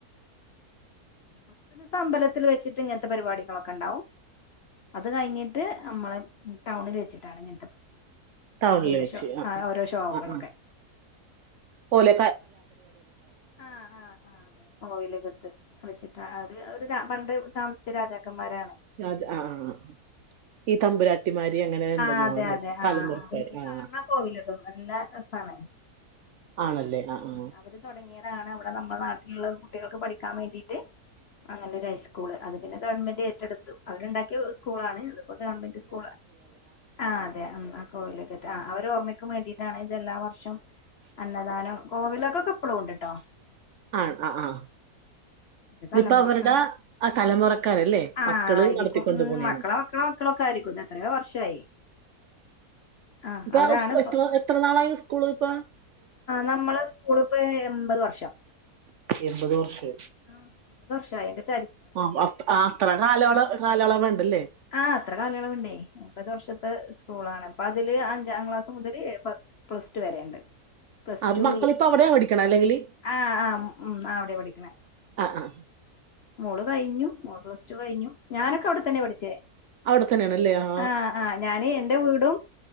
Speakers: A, on the left (about 60°); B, on the right (about 70°).
A: ഫസ്റ്റ് ദിവസ അമ്പലത്തിൽ വെച്ചിട്ട് ഇങ്ങനത്തെ പരിപാടികളൊക്കെണ്ടാവും അത് കഴിഞ്ഞിട്ട് നമ്മളെ ടൗണിൽ വെച്ചിട്ടാണ് ഇങ്ങനത്തെ
B: ടൗണില്
A: ഇതിന്റെ
B: വെച്ച്
A: ഷോ
B: ആ
A: ഓരോ ഷോകളൊക്കെ
B: ആ ആ പോലെ
A: ആഹ് ആഹ് ആഹ് അതെ കോവിലകത്ത് വെച്ചിട്ട് അവര് പണ്ട് താമസിച്ച രാജാക്കന്മാരാണ്.
B: രാജ ആഹ് ആഹ് ഈ തമ്പുരാട്ടിമാരി അങ്ങനെ ഉണ്ടെന്നോ
A: ആഹ് അതെ
B: അല്ലേ
A: അതെ
B: തലമുറുക്കർ
A: ആഹ്
B: ആഹ്.
A: കാണാ കോവിലൊക്കെ നല്ല രസാണ്
B: ആണല്ലേ ആ ആ.
A: ഉം അവര് തുടങ്ങിയതാണ് അവിടെ നമ്മളുടെ നാട്ടിലുള്ള കുട്ടികൾക്ക് പഠിക്കാൻ വേണ്ടിട്ട്. അങ്ങനെ ഒരു ഹൈസ്കൂള് അത് പിന്നെ ഗവൺമെന്റ് ഏറ്റെടുത്തു, അവരുണ്ടാക്കിയ സ്കൂളാണ്. ഇപ്പോ ഗവൺമെന്റ് സ്കൂളാ ആ അതെ ആ കോവിലക ത്ത് ആ അവരോർമ്മക്ക് വേണ്ടിയിട്ടാണ് ഇതെല്ലാ വർഷം അന്നദാനം കോവിലകക്കെ ഇപ്പളും ഉണ്ട് ട്ടോ.
B: ആഹ് ആ ആഹ്
A: ഇത് തലമുറക്കാര്
B: ഇപ്പോ അവരുടെ ആ തലമുറക്കാരല്ലേ
A: ആഹ്
B: മക്കള്
A: ആയിരിക്കും
B: നടത്തിക്കൊണ്ട്
A: ഉം
B: പോണേണ്.
A: മക്കളെ മക്കളെ മക്കളൊക്കെ ആയിരിക്കും ഇത് എത്രയോ വർഷായി. ആഹ്
B: ഇപ്പോ
A: അവരാണ്
B: ആ ഉസ്
A: ഇപ്പ
B: എത്ര എത്ര നാളായി സ്കൂള് ഇപ്പോ
A: ആഹ് നമ്മളെ സ്കൂളിപ്പോ എൺപത് വർഷം
B: എൺപത് വർഷോ?
A: ആഹ് എൻമ്പത് വർഷായി എന്റെ ചേ
B: ആഹ് അ അത്ര കാല കാലയളവണ്ടല്ലേ.
A: ആഹ് അത്ര കാലയളവുണ്ടേ, എൻപതു വർഷത്തെ സ്കൂളാണ് അപ്പോ അതില് അഞ്ചാം ക്ലാസ് മുതൽ പ പ്ലസ് ടു വരെണ്ട്. പ്ലസ്
B: അത്
A: ടു
B: മക്കളിപ്പ അവിടെ പഠിക്കണേ അല്ലെങ്കില്
A: ആഹ് ആഹ് ഉം ആ അവിടെ പഠിക്കണത്.
B: ആഹ് ആഹ്.
A: മോള് കഴിഞ്ഞു മോള് പ്ലസ് ടു കഴിഞ്ഞു. ഞാനൊക്കെ അവിടെത്തന്നെ പഠിച്ചേ.
B: അവിടെ തന്നെയാണല്ലേ ആ
A: ആഹ് ആഹ് ഞാന് എന്റെ വീടും